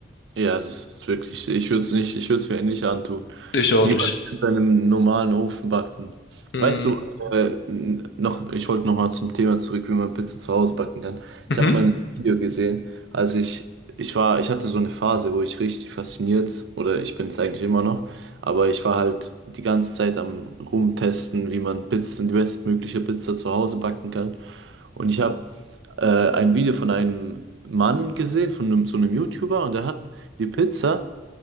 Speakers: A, on the right; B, on the left.
A: ja, das ist wirklich, ich würde es nicht, ich würde es mir nicht antun.
B: Ich auch
A: Jemand
B: nicht.
A: mit seinem normalen Ofen backen.
B: Mm,
A: Weißt du, äh, n- noch, ich wollte nochmal zum Thema zurück, wie man Pizza zu Hause backen kann.
B: Mhm.
A: Ich habe mal ein Video gesehen, als ich, ich war, ich hatte so eine Phase, wo ich richtig fasziniert, oder ich bin es eigentlich immer noch, aber ich war halt die ganze Zeit am Rumtesten, wie man Pizzen, die bestmögliche Pizza zu Hause backen kann. Und ich habe äh, ein Video von einem Mann gesehen, von einem, so einem YouTuber, und der hat die Pizza